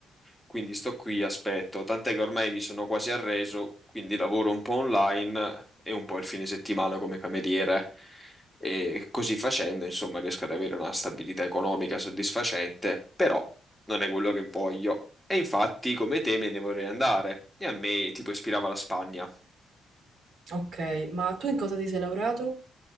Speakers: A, in the centre; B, on the right (about 60°).
A: Quindi sto qui, aspetto, tant'è che ormai mi sono quasi arreso, quindi lavoro un po' online e un po' il fine settimana come cameriere. E così facendo, insomma, riesco ad avere una stabilità economica soddisfacente, però non è quello che voglio. E infatti, come te, me ne vorrei andare. E a me tipo ispirava la Spagna.
B: Ok, ma tu in cosa ti sei laureato?